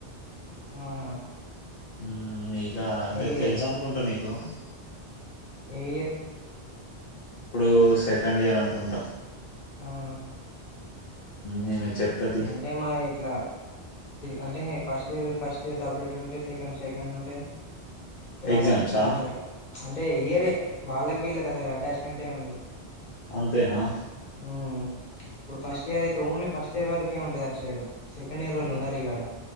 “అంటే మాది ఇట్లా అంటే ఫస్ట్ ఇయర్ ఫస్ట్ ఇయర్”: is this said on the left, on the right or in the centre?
Left